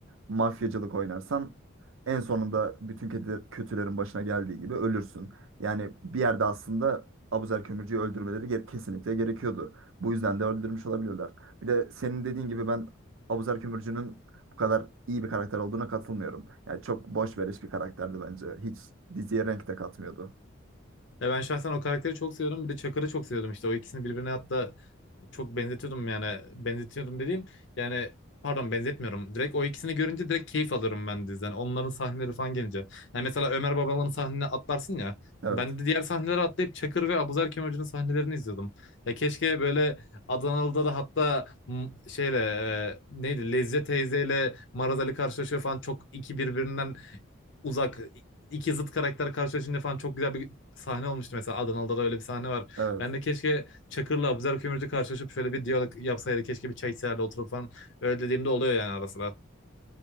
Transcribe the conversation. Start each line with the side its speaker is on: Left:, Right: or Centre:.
Right: mafyacılık oynarsan en sonunda bütün kötü- kötülerin başına geldiği gibi ölürsün. Yani bir yerde aslında Abuzer Kömürcü'yü öldürmeleri gere- kesinlikle gerekiyordu. Bu yüzden de öldürmüş olabilirler. Bir de senin dediğin gibi ben Abuzer Kömürcü'nün bu kadar iyi bir karakter olduğuna katılmıyorum. Yani çok boş veriş bir karakterdi bence. Hiç diziye renk de katmıyordu.
Left: Ya ben şahsen o karakteri çok seviyorum. Bir de Çakır'ı çok seviyordum işte. O ikisini birbirine hatta çok benzetiyordum yani benzetiyordum dediğim yani pardon benzetmiyorum. Direkt o ikisini görünce direkt keyif alırım ben diziden. Onların sahneleri falan gelince. Yani mesela Ömer Babalan'ın sahnene atlarsın ya.
Right: Evet,
Left: Ben de diğer sahneleri atlayıp Çakır ve Abuzer Hoca'nın sahnelerini izliyordum. Ya keşke böyle Adanalı'da da hatta m- şeyle e, neydi Lezze teyzeyle Maraz Ali karşılaşıyor falan çok iki birbirinden uzak iki zıt karakter karşılaşınca falan çok güzel bir sahne olmuştu mesela Adanalı'da da öyle bir sahne var.
Right: evet.
Left: Ben de keşke Çakır'la Abuzer Kömürcü karşılaşıp şöyle bir diyalog yapsaydı. Keşke bir çay içeride oturup falan öyle dediğimde oluyor yani ara sıra.